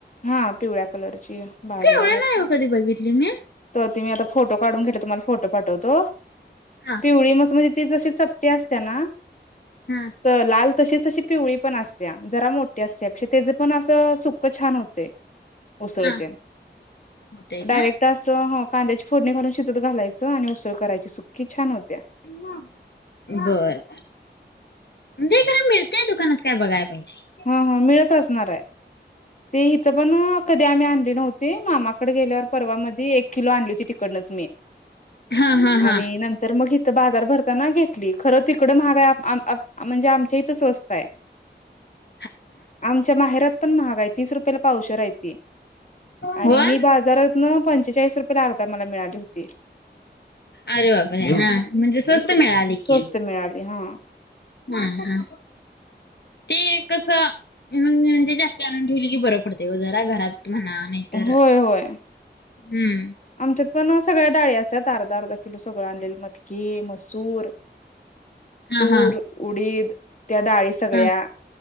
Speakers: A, on the left (about 40°); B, on the left (about 65°).
A: हा पिवळ्या कलरची बाजारात
B: पिवळी
A: अस
B: नाही हो कधी बघितली मी
A: तवर ती मी आता फोटो काढून घेतो. तुम्हाला फोटो पाठवतो.
B: हा
A: पिवळी म्हस म्हणजे ती तशी च ते असत्या ना.
B: हाच
A: तर लाल तशीच तशी पिवळी पण असतेया जरा मोठी असत्या त्याज पण असं सुक्कं छान होते. उसळते
B: हा होतय
A: डायरेक्ट
B: का
A: असं. च हा कांद्याची फोडणी घालून शिजत घालायचं आणि उसळ करायची सुख्खी छान होत्या.
B: बर बर. नाही खरं मिळतंय दुकानात काय बघाय पाहिजे.
A: हा हा मिळत असणार आहे ते इथं पण कधी आम्ही आणली नव्हती. मामाकड गेल्यावर. परवामध्ये एक किलो आणली होती तिकडनच मी
B: हा हा
A: आणि
B: हा
A: नंतर मग तर बाजार भरताना घेतली, खरं तिकडं महाग आहे. आप आप म्हणजे आमच्या इथं स्वस्त आहे.
B: <inaudible>
A: आमच्या माहेरात पण महाग आहे, तीस रुपयला पावशेर आहे ती
B: होय
A: आणि मी बाजारांत. तीतन पंचेचाळीस रुपये ला अर्धा मला मिळाली होती.
B: अरे बापरे हा म्हणजे स्वस्त मिळाली
A: स्वस्त
B: की.
A: मिळाली हा
B: हा हा ते कसं, म्हणजे म्हणजे जास्त आणून ठेवली की बरं पडतंय ओ जरा घरात म्हणा. नाही तर
A: होय
B: हम्म...
A: होय आमच्यात पण सगळ्या डाळी असतात अर्धा अर्धा किलो सगळं आणलेल मटकी, मसूर
B: <inaudible>
A: तूर
B: हा
A: उडीद त्या डाळी सगळ्या.
B: हा